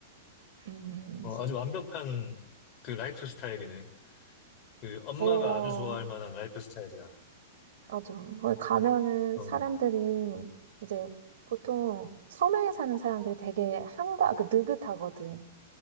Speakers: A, on the right (about 65°); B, on the left (about 40°).
A: 음,
B: 어, 아주 완벽한 그 라이프 스타일이네. 그 엄마가
A: 어,
B: 아주 좋아할 만한 라이프 스타일이야.
A: 맞아. 거기 가면은
B: 어,
A: 사람들이 이제 보통 섬에 사는 사람들이 되게 한가, 그 느긋하거든.